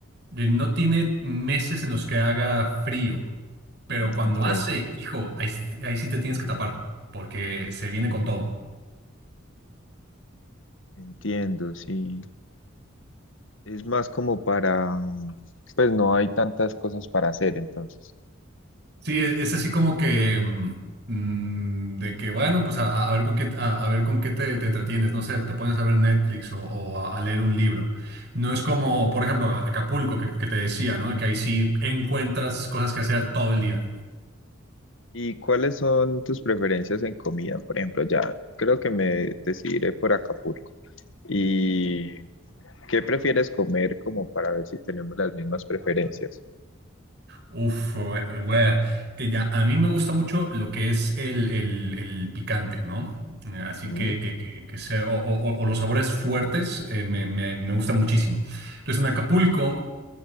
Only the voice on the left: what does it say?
Ah,
ok,
entiendo, sí. Es más como para, mm, pues no hay tantas cosas para hacer entonces.
¿Y cuáles son tus preferencias en comida? Por ejemplo, ya creo que me decidiré por Acapulco. ¿Y qué prefieres comer como para ver si tenemos las mismas preferencias?
Mm,